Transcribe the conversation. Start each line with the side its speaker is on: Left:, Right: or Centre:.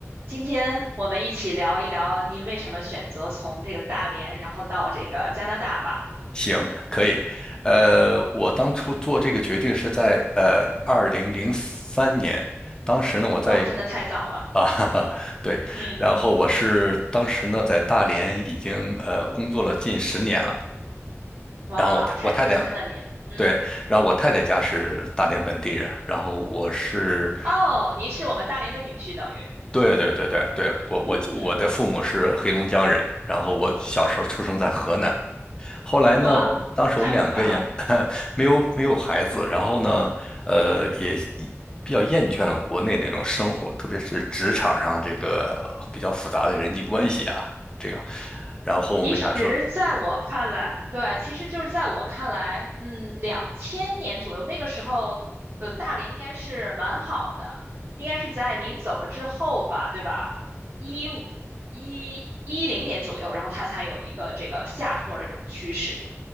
Right: 今天我们一起聊一聊您为什么选择从这个大连，然后到这个加拿大吧。
Left: 行，可以。呃，我当初做这个决定是在呃二零零三年，当时呢我在国
Right: 哇，真的太早了，
Left: 啊，<laughs> 哈哈，对，
Right: 嗯，
Left: 然后我是当时呢在大连已经呃工作了近十年了，
Right: 哇，
Left: 然后我太我太太
Right: 太资深了您，嗯，
Left: 对，然后我太太家是大连本地人，然后我是，
Right: 哦，您是我们大连的女婿，等于，
Left: 对对对对对，我我我的父母是黑龙江人，
Right: 嗯，
Left: 然后我小时候出生在河南，后来呢，
Right: 哇，
Left: 我们当时我们两个也
Right: 太复杂了，
Left: <laughs> 没有没有孩子，然后呢，呃，也比较厌倦了国内那种生活，特别是职场上这个比较复杂的人际关系啊，这样。然后我们想说，
Right: 其实，在我看来，对，其实就是在我看来，嗯，两千年左右那个时候，呃，大连应该是蛮好的，应该是在您走了之后吧，对吧？一五一一零年左右，然后它才有一个这个下坡的这种趋势。